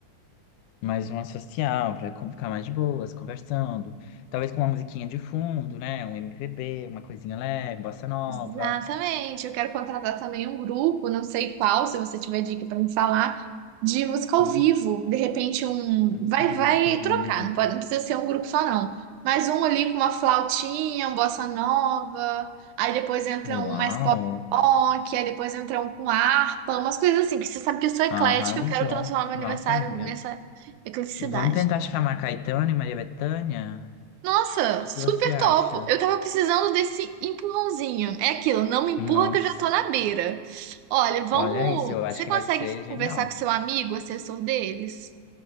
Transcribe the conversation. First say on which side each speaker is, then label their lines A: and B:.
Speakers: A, on the left; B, on the right.
A: mais uma social, pra com- ficar mais de boas, conversando. Talvez com uma musiquinha de fundo, né? Um MPB, uma coisinha leve, bossa nova.
B: Exatamente. Eu quero contratar também um grupo, não sei qual, se você tiver dica para me falar, de música ao
A: Hum,
B: vivo. De repente um
A: grupo
B: vai
A: de
B: vai
A: música ao
B: trocar,
A: vivo.
B: não pode, não precisa ser um grupo só não. Mas um ali com uma flautinha, um bossa nova, aí depois entra
A: Uau!
B: um mais pop rock, aí depois entra um com harpa, umas coisas assim, que você sabe que eu sou eclética,
A: Arrasou.
B: eu quero transformar meu
A: Nossa,
B: aniversário
A: amiga.
B: nessa ecleticidade.
A: Vamos tentar chamar Caetano e Maria Bethânia? O
B: Nossa,
A: que
B: super
A: que você acha?
B: topo. Eu tava precisando desse empurrãozinho. É aquilo, não me empurra
A: Nossa,
B: que eu já tô na beira. Olha, vamos.
A: olha isso, eu acho
B: Você
A: que
B: consegue
A: vai ser genial.
B: conversar com seu amigo, assessor deles?